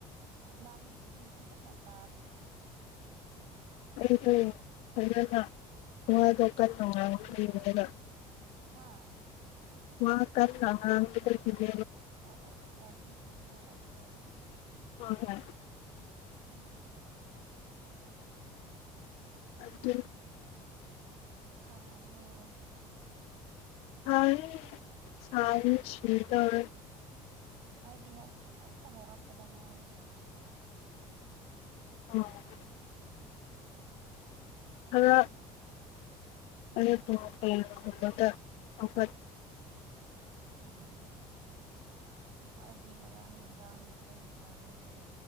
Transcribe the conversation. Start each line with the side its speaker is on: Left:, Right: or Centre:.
Right: ꯑꯣ ꯅꯪꯒꯤꯗꯨꯗꯤ ꯐꯖꯅ ꯇꯥꯗꯕ
Left: ꯑꯩꯗꯣ ꯐꯖꯅ ꯋꯥꯗꯣ ꯀꯟꯅ ꯉꯥꯡꯕ <unintelligible>
Right: ꯍꯥꯥ
Left: ꯋꯥ ꯀꯟꯅ ꯉꯥꯡꯕꯗꯣ <unintelligible>
Right: ꯑꯣ ꯑꯣ ꯑꯣ ꯑꯣ ꯃꯤ ꯇꯨꯝꯅ ꯂꯥꯏꯕ꯭ꯔꯣ
Left: ꯍꯣꯏ ꯍꯣꯏ
Right: ꯑꯣ
Left: ꯑꯗꯨ
Right: ꯎꯝ ꯁꯥꯕ꯭ꯔꯣ
Left: ꯁꯥꯏꯌꯦ ꯁꯕꯅꯥ ꯁꯤꯗꯧꯔꯦ
Right: ꯑꯩꯗꯤ ꯍꯧꯖꯤꯛ ꯈꯛꯇ ꯍꯧꯒꯠꯄꯗ ꯉꯥꯏꯔꯤ
Left: <unintelligible> ꯈꯔ <unintelligible> ꯆꯥꯎꯈꯠ
Right: ꯎꯝ ꯑꯩꯗꯤ ꯉꯔꯥꯡ ꯅꯨꯡꯗꯥꯡꯗ ꯄꯨꯡ ꯕꯥꯔꯣ